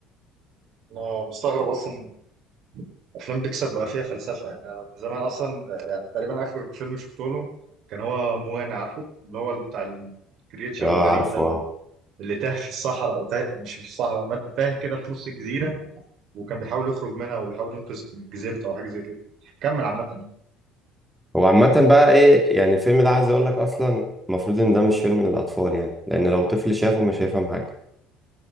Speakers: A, on the right; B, in the centre.
A: انا مستغرب اصلا افلام بيكسار بقى فيها فلسفه يعني أنا من زمان اصلا يعني تقريبا اخر فيلم شفته له كان هو موانا عارفه اللي هو بتاع الكرياتشر
B: اه
A: الغريب
B: عارفه
A: ده اللي
B: اه
A: اللي تاه في الصحراء او تاه مش مش صحراء ما- تاه كده في نص الجزيره وكان بيحاول يخرج منها وبيحاول ينقذ جزيرته او حاجه زي كده كمل عامه يعني
B: هو عامة بقى إيه يعني الفيلم ده عايز أقول لك أصلا المفروض إن ده مش فيلم للأطفال يعني لأن لو طفل شافه مش هيفهم حاجة